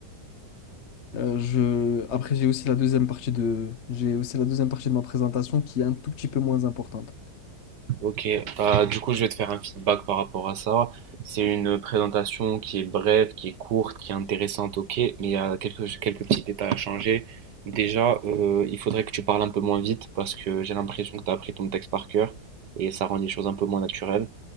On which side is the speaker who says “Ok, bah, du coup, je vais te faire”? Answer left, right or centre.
Right